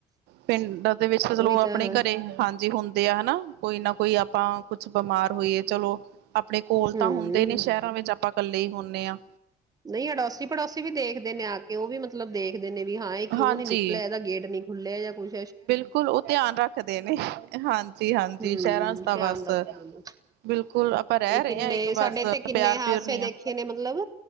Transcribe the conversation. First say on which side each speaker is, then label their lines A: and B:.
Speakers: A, on the right; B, on the right.
A: ਪਿੰਡ, ਦੇ ਵਿੱਚ ਚਲੋ
B: ਉਹੀ
A: ਆਪਣੇ
B: ਤਾਂ ਹੈ
A: ਘਰੇ ਹਾਂਜੀ ਹੁੰਦੇ ਆ ਹਨਾ। ਕੋਈ ਨਾ ਕੋਈ ਆਪਾਂ ਕੁਛ ਬਿਮਾਰ ਹੋਈਏ ਚਲੋ। ਆਪਣੇ ਕੋਲ
B: ਹੂੰ,
A: ਤਾਂ ਹੁੰਦੇ ਨੇ ਸ਼ਹਿਰਾਂ ਵਿੱਚ ਆਪਾਂ ਇਕੱਲੇ ਹੀ ਹੁਨੇ ਹਾਂ,
B: ਨਹੀਂ ਅੜੋਸੀ ਪੜੋਸੀ ਵੀ ਦੇਖਦੇ ਨੇ ਆ ਕੇ ਉਹ ਵੀ ਮਤਲਬ <unintelligible> ਨੇ ਵੀ ਹਾਂ ਇਹ ਕਿਉਂ
A: ਹਾਂਜੀ
B: ਨੀ ਨਿਕਲਿਆ ਇਹਦਾ ਗੇਟ ਨੀ ਖੁੱਲ੍ਹਿਆ ਖੁੱਲੇ ਜਾਂ ਕੋਈ-'
A: ਬਿਲਕੁਲ ਉਹ ਧਿਆਨ ਰੱਖਦੇ ਨੇ ਹਾਂਜੀ-ਹਾਂਜੀ
B: ਹੂੰ,
A: ਸ਼ਹਿਰਾਂ ਚ ਦਾ
B: ਧਿਆਨ
A: ਬਸ
B: ਰੱਖਦੇ ਨੇ,
A: ਬਿਲਕੁਲ ਆਪਾਂ ਰਹਿ
B: ਹੁਣ
A: ਰਹੇ
B: ਕਿੰਨੇ
A: ਹਾਂ ਇੱਕ
B: ਸਾਡੇ
A: ਬਸ
B: ਇੱਥੇ ਕਿੰਨੇ
A: ਪਿਆਰ
B: ਹਾਦਸੇ
A: ਪਿਯੂਰ ਨਹੀਂ
B: ਦੇਖੇ
A: ਆ
B: ਨੇ ਮਤਲਬ